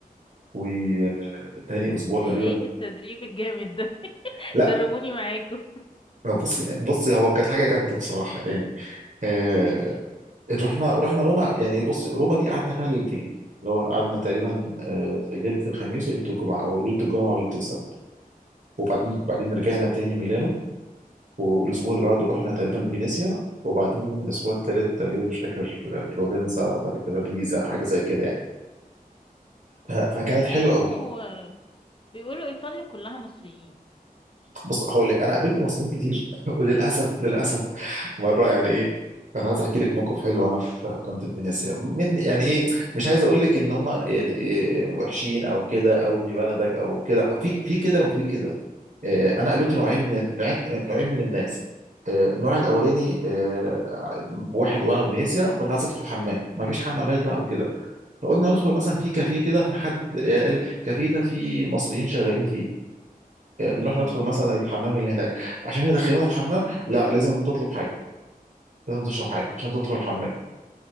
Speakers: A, on the right; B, on the left.
A: وتاني اسبوع
B: ده
A: تقريبا
B: ايه التدريب الجامد ده <laughs>
A: لا
B: دربوني معاكم
A: بص بص هو كانت حاجه جامده بصراحه يعني آه،
B: احكيلي
A: رحنا رحنا روما يعني بص روما دي قعدنا فيها ليلتين اللي هو قعدنا تقريبا آه، ليله الخميس وليله الجمعه او ليله الجمعه وليله السبت وبعدين بعدين رجعنا تاني ميلانو والاسبوع اللي بعده رحنا تقريبا فينيسيا وبعدين الاسبوع التالت تقريبا مش فاكر آه، فلورنسا وبعد كده بيزا حاجه زي كده يعني ف- فكانت
B: بيقولوا
A: حلوه قوي
B: بيقولوا ايطاليا كلها مصريين
A: بص هقول لك انا قابلت مصريين كتير <laughs> وللاسف للاسف مره يعني ايه انا عايز احكي لك موقف
B: مم.
A: حلو وانا في كنت في فينيسيا من يعني ايه مش عايز اقول لك ان هم يعني إيه وحشين او كده او ابن بلدك او كده في في كده وفي كده آه، انا قابلت نوعين
B: مم.
A: من ال- نوعين آه، نوعين من الناس آه، النوع الاولاني آه، واحد وانا في فينيسيا كنت عايز ادخل حمام ما فيش حمامات بقى وكده فقلنا ندخل مثلا في كافيه كده فحد يعني قال الكافيه ده فيه مصريين شغالين فيه آه، نروح ندخل
B: مم.
A: مثلا الحمام اللي هناك عشان يدخلونا الحمام لا لازم تطلب حاجه لازم تشرب حاجه عشان تدخل الحمام